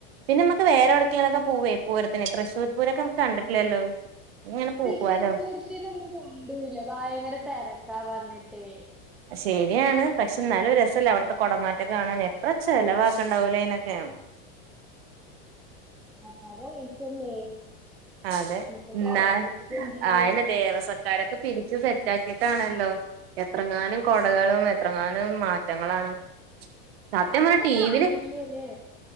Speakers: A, on the right; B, in the centre.
A: പിന്നെ നമുക്ക് വേറെ എവിടക്കിലൊക്കെ പോവേ പൂരത്തിന് തൃശ്ശൂർ പൂരൊക്കെ കണ്ടിട്ടില്ലല്ലോ ഇങ്ങനെ പോവാലോ
B: ശിശുഹൂർത്തിനൊന്നും കൊണ്ടുല്ല ഭയങ്കര തരക്കാ പറഞ്ഞിട്ടേ
A: ശരിയാണ് പക്ഷെ ന്നാലും രസല്ലെ അവടത്തെ കുടമാറ്റക്കെ കാണാൻ എത്ര ചെലവാകുണ്ടാവൂലേ അയി നൊക്കെ
B: ഉം അത വിസല്ലേ <unintelligible>
A: അതെ
B: നിപ്പോ
A: എന്നാ
B: കറ മുഖി <unintelligible>
A: ആയന്നെ ദേവസക്കാരൊക്കെ പിരിച്ച് സെറ്റ് ആക്കിട്ടാണല്ലോ എത്രങ്ങാനും കൊടകളും എത്രങ്ങാനും മാറ്റങ്ങളാണ് സത്യം
B: അവിടനന്ന്
A: പറഞ്ഞ ടി
B: ത്തെക്കെ കണ്ടില്ലല്ലേ
A: വില്